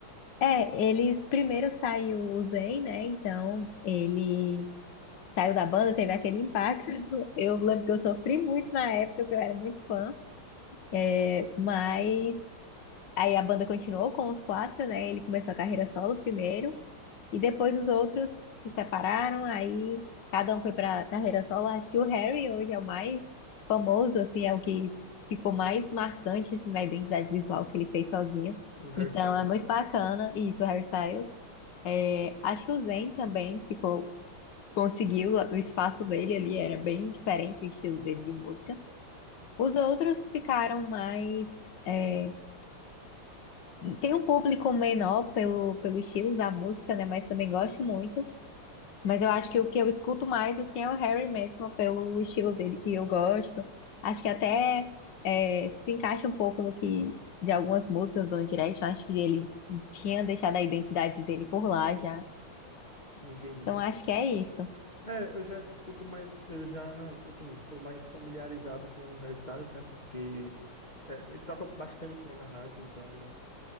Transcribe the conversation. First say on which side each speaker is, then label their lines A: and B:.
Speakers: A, on the left; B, on the left.
A: É, eles primeiro saiu o Zayn, né? Então ele saiu da banda, teve aquele impacto. <laughs> Eu lembro que eu sofri muito na época, que eu era muito fã. É, mas Aí a banda continuou com os quatro, né? Ele começou a carreira solo primeiro, e depois os outros se separaram, aí cada um foi pra carreira solo. Acho que o Harry hoje é o mais famoso, assim, é o que ficou mais marcante assim, na identidade visual que ele fez sozinho.
B: O hairstyle,
A: Então é
B: né?
A: muito bacana, e isso, o Harry Styles. É, acho que o Zayn também ficou, conseguiu o espaço dele ali, era bem diferente o estilo dele de música. Os outros ficaram mais é, Tem um público menor pelo, pelo estilo da música, né? Mas também gosto muito. Mas eu acho que o que eu escuto mais assim, é o Harry mesmo, pelo estilo dele que eu gosto. Acho que até é, se encaixa um pouco no que de algumas músicas do One Direction. Acho que ele tinha deixado a identidade dele por lá já.
B: entendi.
A: Então acho que é isso.
B: É, eu já escuto mais, eu já, assim, sou mais familiarizado com o Harry Styles, né? Porque é, ele toca bastante, né, na rádio, então,